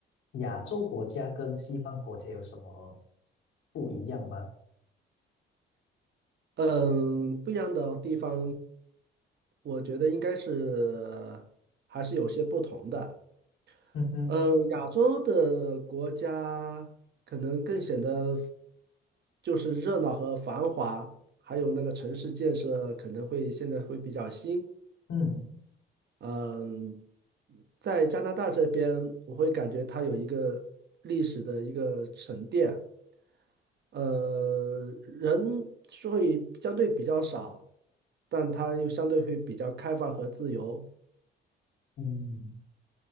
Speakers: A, on the left; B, on the right.
A: 亚洲国家跟西方国家有什么不一样吗？
B: 嗯，不一样的地方，我觉得应该是还是有些不同的。
A: 嗯哼，
B: 嗯，亚洲的国家可能更显得就是热闹和繁华，还有那个城市建设可能会现在会比较新。
A: 嗯
B: 嗯，在加拿大这边，我会感觉它有一个历史的一个沉淀。呃，人是会相对比较少，但它又相对会比较开放和自由。
A: 嗯。